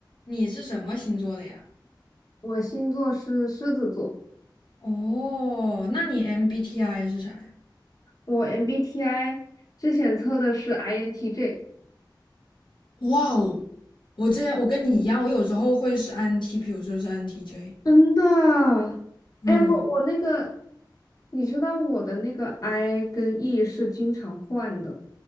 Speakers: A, on the left; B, on the left.
A: 你是什么星座的呀？
B: 我星座是狮子座，
A: 哦，那你 MBTI 是啥呀？
B: 我 MBTI 之前测的是 INTJ。
A: 哇哦，我之前我跟你一样，我有时候会是 INTP，有时候是 INTJ。
B: 真的？
A: 嗯，
B: 哎，我我那个，你知道我的那个 I 跟 E 是经常换的，